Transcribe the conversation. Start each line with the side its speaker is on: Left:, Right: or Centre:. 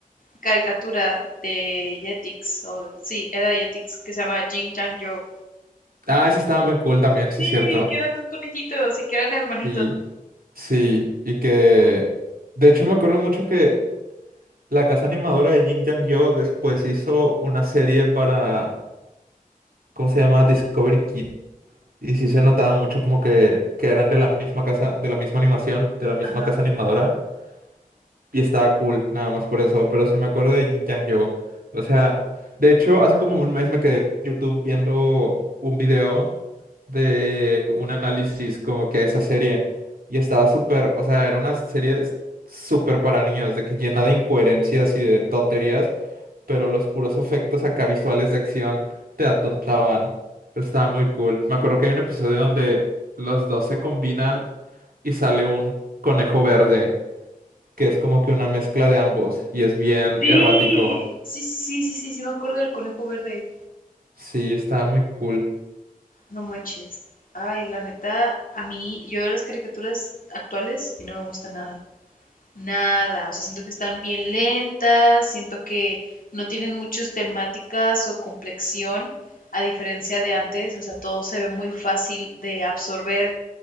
Left: caricatura de Jetix, o sí, era de Jetix, que se llama Jin Chang Yo.
Right: Ah, ese estaba muy cool también, sí,
Left: Sí,
Right: cierto.
Left: que eran dos conejitos y que eran hermanitos.
Right: Sí, sí. Y que, de hecho, me acuerdo mucho que la casa animadora de Jin Yang Yo después hizo una serie para ¿cómo se llama? Discovery Kid. Y sí se notaba mucho como que, que eran de la misma casa, de la misma animación, de la misma
Left: Ajá.
Right: casa animadora y estaba cool, nada más por eso, pero sí me acuerdo de Jin Yang Yo. O sea, de hecho, hace como un mes me quedé en YouTube viendo un video de un análisis como que a esa serie y estaba súper, o sea, era una serie s- súper para niños, de que llena de incoherencias y de tonterías, pero los puros efectos acá visuales de acción te atontaban. Pero estaba muy cool. Me acuerdo que hay un episodio donde los dos se combinan y sale un conejo verde que es como que una mezcla de ambos y es bien
Left: Sí,
Right: errático.
Left: sí, sí, sí, sí, sí, sí, me acuerdo del conejo verde.
Right: Sí, está muy cool.
Left: No manches. Ay, la neta, a mí, yo veo las caricaturas actuales y no me gusta nada. Nada. O sea, siento que están bien lentas, siento que no tienen muchas temáticas o complexión, a diferencia de antes. O sea, todo se ve muy fácil de absorber